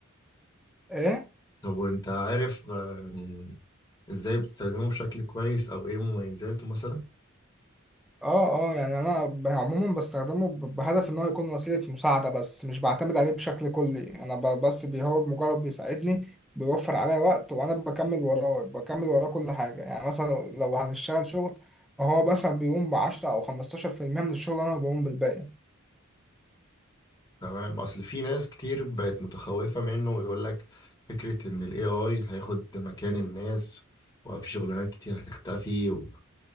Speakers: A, in the centre; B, on the left (about 20°).
A: ايه؟
B: طب وانت عارف آه، يعني ازاي بتستخدمه بشكل كويس او ايه مميزاته مثلا
A: اه اه يعني انا ب- عموما بستخدمه ب- بهدف ان هو يكون وسيلة مساعدة بس مش بعتمد عليه بشكل كلي انا ب- بس بي هو مجرد بيساعدني بيوفر عليا وقت وانا بكمل وراه بكمل وراه كل حاجة يعني مثلا لو هنشتغل شغل فهو مثلا بيقوم بعشرة او خمستاشر في المية من الشغل انا بقوم بالباقي
B: تمام اصل في ناس كتير بقت متخوفة منه ويقول لك فكرة ان الاي اي هياخد مكان الناس وفي شغلانات كتير هتختفي و-